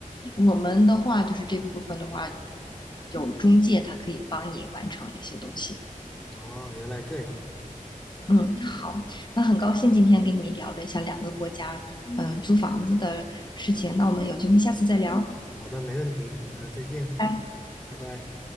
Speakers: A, on the left; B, in the centre.
A: 我们的话就是这部分的话，有中介，他可以帮你完成这些东西。
B: 哦，原来这样，
A: 嗯，好，那很高兴今天跟你聊了一下两个国家，嗯，租房子的事情。那我们有机会下次再聊，
B: 好的，没问题，那再见，
A: 拜拜。
B: 拜拜。